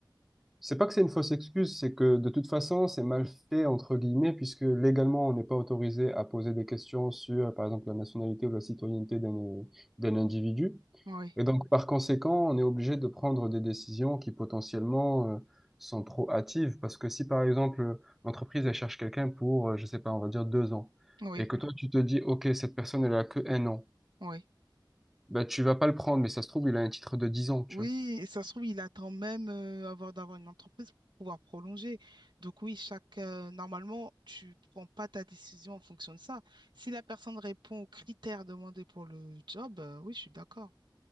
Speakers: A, in the centre; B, on the right.
A: C'est pas que c'est une fausse excuse, c'est que de toute façon, c'est mal fait, entre guillemets, puisque légalement, on n'est pas autorisé à poser des questions sur, par exemple, la nationalité ou la citoyenneté d'un d'un individu.
B: Oui,
A: Et donc, par conséquent, on est obligé de prendre des décisions qui potentiellement euh, sont trop hâtives, parce que si, par exemple, l'entreprise, elle cherche quelqu'un pour, euh, je sais pas, on va dire deux ans,
B: oui,
A: et que toi, tu te dis, OK, cette personne, elle a que un an,
B: oui.
A: ben, tu vas pas le prendre, mais ça se trouve, il a un titre de dix ans, tu
B: Oui,
A: vois.
B: et ça se trouve, il attend même euh, avant d'avoir une entreprise pour pouvoir prolonger. Donc oui, chaque euh, normalement, tu prends pas ta décision en fonction de ça. Si la personne répond aux critères demandés pour le job, euh, oui, je suis d'accord.